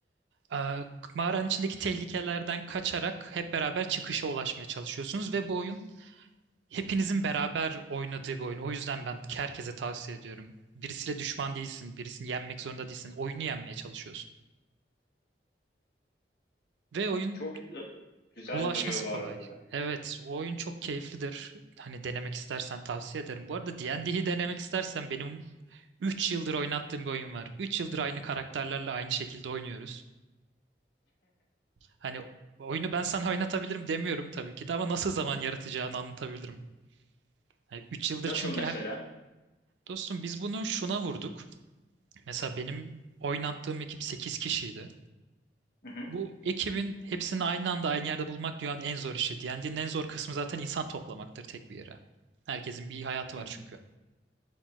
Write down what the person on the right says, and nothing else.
Ee, mağaranın içindeki tehlikelerden kaçarak hep beraber çıkışa ulaşmaya çalışıyorsunuz ve bu oyun hepinizin beraber oynadığı bir oyun. O yüzden ben herkese tavsiye ediyorum. Birisiyle düşman değilsin, birisini yenmek zorunda değilsin. Oyunu yenmeye çalışıyorsun. Ve oyun
ulaşması
kolay.
Evet, o oyun çok keyiflidir. Hani denemek istersen tavsiye ederim. Bu arada D&D'yi denemek istersen benim 3 yıldır oynattığım bir oyun var. 3 yıldır aynı karakterlerle aynı şekilde oynuyoruz. Hani oyunu ben sana <laughs> oynatabilirim demiyorum tabii ki de ama nasıl zaman yaratacağını anlatabilirim. Hani Üç yıldır
çünkü
her... Dostum biz bunu şuna vurduk. Mesela benim oynattığım ekip 8 kişiydi.
Bu ekibin hepsini aynı anda aynı yerde bulmak dünyanın en zor işi. D&D'nin en zor kısmı zaten insan toplamaktır tek bir yere. Herkesin bir hayatı
var çünkü.